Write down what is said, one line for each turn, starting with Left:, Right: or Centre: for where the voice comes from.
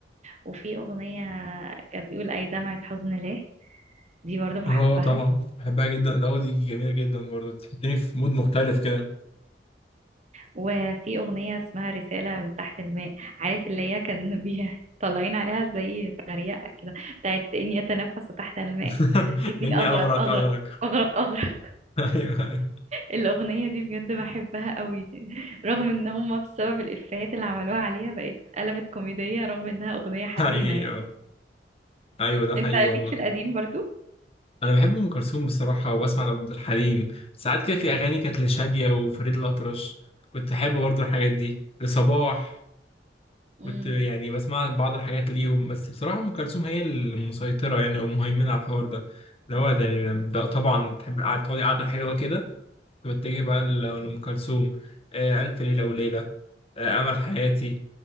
Right: وفي أغنية كانت بيقول أي دمعة حزن ليه دي برضو بحبها
Left: اه طبعا بحبها جدا ده اه دي جميله جدا برضو تحطني في مود مختلف كده
Right: وفي أغنية اسمها رسالة من تحت الماء عارف اللي هي كان <laughs> بيها طالعين عليها زي تريقة كده بتاعت إني أتنفس تحت الماء
Left: <laughs>
Right: إني
Left: اني
Right: أغرق
Left: اغرق
Right: أغرق
Left: اغرق
Right: أغرق أغرق <laughs>
Left: <laughs> ايوه
Right: الأغنية دي بجد بحبها قوي رغم إن هما بسبب الإفيهات اللي عملوها عليها بقت قلبت كوميدية رغم إنها أغنية حزينة
Left: حقيقي
Right: يعني
Left: اه ايوه ده حقيقي
Right: أنت ليك
Left: والله
Right: في القديم برضو؟
Left: انا بحب ام كلثوم بصراحه وبسمع لعبد الحليم ساعات كده في اغاني كانت لشاديه وفريد الاطرش كنت احب برضو الحاجات دي لصباح كنت
Right: مم،
Left: يعني بسمع بعض الحاجات ليهم بس بصراحة أم كلثوم هي المسيطرة يعني أو مهيمنة على الحوار ده اللي هو ده يعني ده طبعا تحب قاعد- تقعدي قعدة حلوة كده تتجه بقى ل- لأم كلثوم آه، ألف ليلة وليلة آه، أمل حياتي